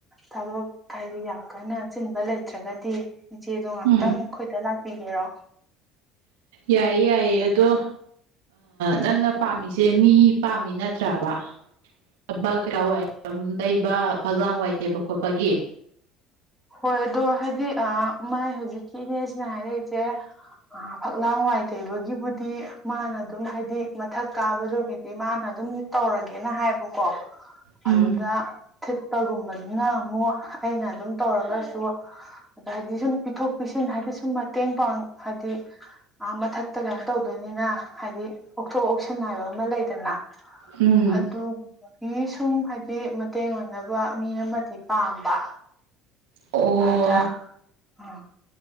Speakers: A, in the centre; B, on the right.
A: ꯊꯕꯛ ꯍꯥꯏꯗꯤ ꯌꯥꯝ ꯀꯟꯅ ꯑꯆꯤꯟꯕ ꯂꯩꯇ꯭ꯔꯒꯗꯤ ꯏꯆꯦꯗꯣ ꯉꯥꯛꯇꯪ
B: ꯎꯝ
A: ꯑꯩꯈꯣꯏꯗ ꯂꯥꯛꯄꯤꯒꯦꯔꯣ
B: ꯌꯥꯏꯌꯦ ꯌꯥꯏꯌꯦ ꯑꯗꯣ ꯅꯪꯅ ꯄꯥꯝꯃꯤꯁꯦ ꯃꯤ ꯄꯥꯝꯃꯤ ꯅꯠꯇ꯭ꯔꯕ ꯂꯩꯕꯥꯛ ꯀꯩꯀꯥ ꯋꯥꯏ ꯇꯩꯕ ꯐꯛꯂꯥꯡ ꯋꯥꯏ ꯇꯩꯕ ꯈꯣꯠꯄꯒꯤ
A: ꯍꯣꯏ ꯑꯗꯣ ꯍꯥꯏꯗꯤ ꯃꯥꯏ ꯍꯧꯖꯤꯛꯀꯤ ꯏꯅꯦꯁꯤꯅ ꯍꯥꯏꯔꯛꯏꯁꯦ ꯑ ꯐꯛꯂꯥꯡ ꯋꯥꯏ ꯇꯩꯕꯒꯤꯕꯨꯗꯤ ꯃꯥꯅ ꯑꯗꯨꯝ ꯍꯥꯏꯗꯤ ꯃꯊꯛ ꯀꯥꯕꯗꯨꯒꯤꯗꯤ ꯃꯥꯅ ꯑꯗꯨꯝ ꯇꯧꯔꯒꯦꯅ ꯍꯥꯏꯌꯦꯕꯀꯣ
B: ꯎꯝ
A: ꯑꯗꯨꯗ ꯊꯤꯠꯄꯒꯨꯝꯕꯗꯨꯅ ꯑꯃꯨꯛ ꯑꯩꯅ ꯑꯗꯨꯝ ꯇꯧꯔꯒꯁꯨ ꯑꯗ ꯍꯥꯏꯗꯤ ꯁꯨꯝ ꯄꯤꯊꯣꯛꯄꯤꯁꯤꯟ ꯍꯥꯏꯕꯗꯤ ꯁꯨꯝ ꯃꯇꯦꯡ ꯄꯥꯡ ꯍꯥꯏꯗꯤ ꯑ ꯃꯊꯛꯇ ꯀꯩꯅꯣ ꯇꯧꯗꯣꯏꯅꯤꯅ ꯍꯥꯏꯗꯤ ꯑꯣꯛꯊꯣꯛ ꯑꯣꯛꯁꯤꯟ ꯍꯥꯏꯕ ꯑꯃ ꯂꯩꯗꯅ
B: ꯎꯝ
A: ꯑꯗꯨꯒꯨꯝꯕꯒꯤ ꯁꯨꯝ ꯍꯥꯏꯗꯤ ꯃꯇꯦꯡ ꯑꯣꯏꯅꯕ ꯃꯤ ꯑꯃꯗꯤ ꯄꯥꯝꯃꯦ
B: ꯑꯣ
A: ꯑꯗ ꯎꯝ